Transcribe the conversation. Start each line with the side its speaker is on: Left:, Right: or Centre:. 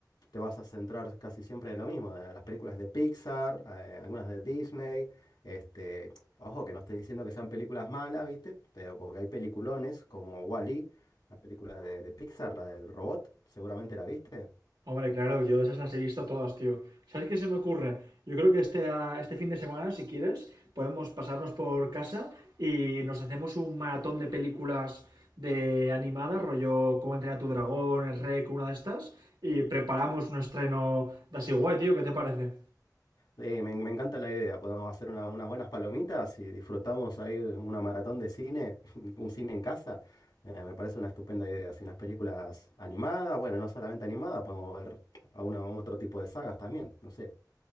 Left: te vas a centrar casi siempre en lo mismo, de las películas de Pixar, eh, algunas de Disney. Este, ojo, que no estoy diciendo que sean películas malas, ¿viste? Pero porque hay peliculones como Wall-E, la película de, de Pixar, la del robot, seguramente la viste.
Right: Hombre, claro, yo esas las he visto todas, tío. ¿Sabes qué se me ocurre? Yo creo que este, ah, este fin de semana, si quieres, podemos pasarnos por casa y nos hacemos un maratón de películas de animadas, rollo Cómo entrenar a tu dragón, el Rec, una de estas, y preparamos un estreno de así guay, tío. ¿Qué te parece?
Left: Eh, me, me encanta la idea. Podemos hacer una- unas buenas palomitas y disfrutamos ahí de una maratón de cine, <laughs> un cine en casa. Eh, me parece una estupenda idea. así unas películas animadas, bueno, no solamente animadas, podemos ver a una, otro tipo de sagas también. No sé.